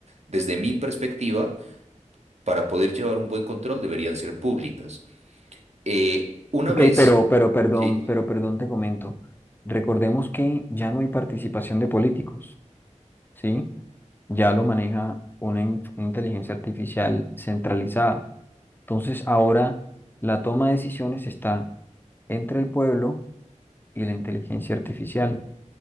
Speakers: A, on the right; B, on the left.
A: desde mi perspectiva, para poder llevar un buen control, deberían ser públicas. Eh, una
B: Ok,
A: vez,
B: pero, pero perdón,
A: sí.
B: pero perdón, te comento. Recordemos que ya no hay participación de políticos, ¿sí? Ya lo maneja una in- una inteligencia artificial centralizada. Entonces, ahora la toma de decisiones está entre el pueblo y la inteligencia artificial.